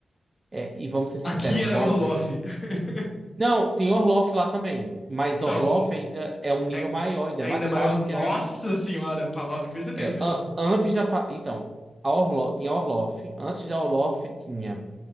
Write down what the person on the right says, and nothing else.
é e vamos ser sinceros,
vo...
Não, tem Orloff lá também. Mas Orloff
ainda é um nível
maior, ainda
é mais
cara
que a
É,
an- antes da. pa- Então, a Orlo, tinha a Orloff. Antes da Orloff tinha